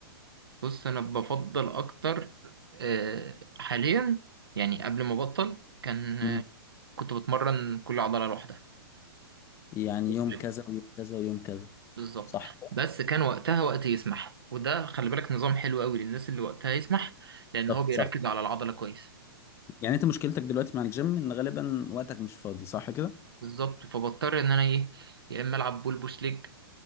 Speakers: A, on the right; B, on the left.
A: بص انا بفضل اكتر آه، حاليا يعني قبل ما ابطل كان
B: مم.
A: آه، كنت بتمرن كل عضلة لوحدها
B: يعني
A: وسبليت.
B: يوم كذا ويوم كذا ويوم كذا
A: بالظبط
B: صح كده؟
A: بس كان وقتها وقت يسمح وده خلي بالك نظام حلو قوي للناس اللي وقتها يسمح لان
B: بالظبط
A: هو بيركز
B: صح
A: على العضلة كويس
B: يعني انت مشكلتك دلوقتي مع الجيم ان غالبا وقتك مش فاضي صح كده
A: بالظبط فبضطر ان انا ايه يا اما العب بول بوش ليج